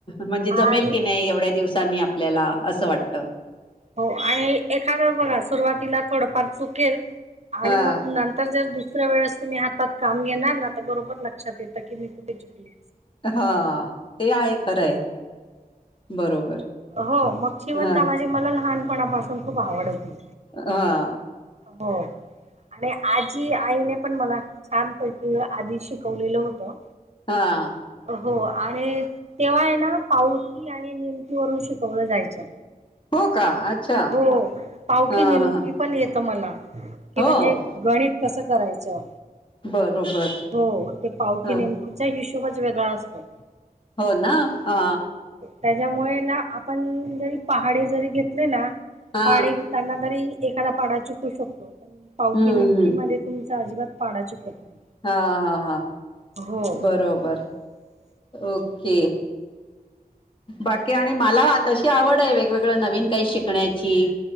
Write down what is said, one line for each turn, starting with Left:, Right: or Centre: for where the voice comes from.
Left: म्हणजे
Right: आणि
Left: जमेल की नाही एवढ्या दिवसांनी आपल्याला असं वाटतं.
Right: हो आणि एखादा बघा, सुरुवातीला थोडंफार चुकेलं आणि
Left: हा
Right: मग न तर जर दुसऱ्या वेळेस तुम्ही हातात काम घेणार ना तर बरोबर लक्षात येतं की मी कुठे चुकले आहे.
Left: हा. ते आहे खरं आहे. बरोबर.
Right: हो मग शिवन
Left: हा
Right: कामाची मला लहानपणापासून खूप आवड होती.
Left: हा.
Right: हो. आणि आजी आईने पण मला छानपैकी आधी शिकवलेलं होतं.
Left: हा.
Right: हो आणि तेव्हा आहे ना. पावती आणि निेमती वरून शिकवलं जायचं.
Left: हो का. अच्छा
Right: हो पावकी
Left: हा
Right: नीमकी
Left: ह
Right: पण येत मला ती
Left: हो
Right: म्हणजे गणित कस करायचं?
Left: बरोबर
Right: हो ते पावकी
Left: ह
Right: नेम - तिचा हिशोबच वेगळा असतो.
Left: हो ना? हा.
Right: त्याज्यामुळे ना आपण जरी पहाडे जरी घेतले ना?
Left: हा
Right: पाडे घेताना तरी एखादा पाडा चुकू शकतो पण पावकी
Left: हम्म
Right: निमकी
Left: हम्म
Right: मध्ये तुमचा अजिबात पाडा चुकत नाही.
Left: हा -हा -हा.
Right: हो
Left: बरोबर ओके. बाकी आणि मला तशी आवड आहे वेगवेगळ नवीन काही शिकण्याची.